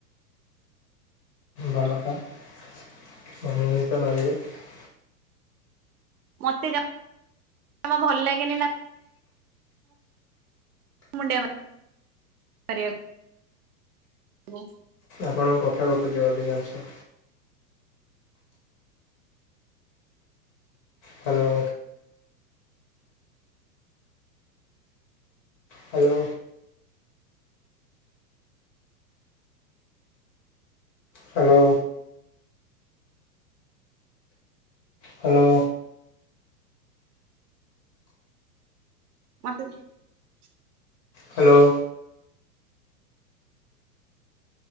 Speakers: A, on the left; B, on the right.
A: ଭଲ କଥା। <unintelligible>
B: ମତେ ଜ ଜମା ଭଲ ଲାଗେନି ନା। ମୁଣ୍ତିଆ ମାରିବାକୁ
A: ଆପଣଙ୍କ କଥା କଟୁଛି ଅଧିକାଂଶ। Hello. Hello hello. Hello
B: <unintelligible>
A: hello.